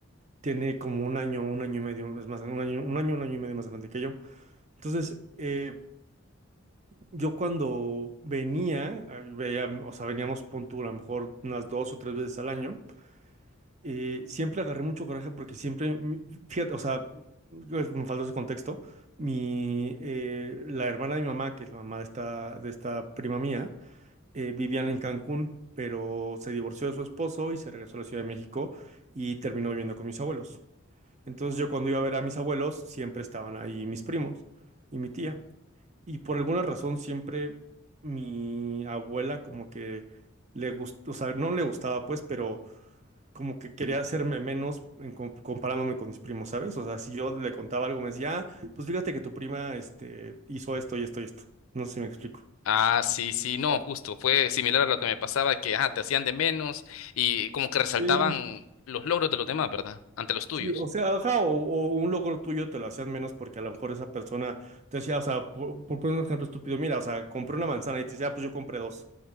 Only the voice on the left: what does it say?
Ah, sí, sí, no,
justo, fue similar a lo que me pasaba, que, ajá, te hacían de menos y como que resaltaban
los logros de los demás, ¿verdad? Ante los tuyos.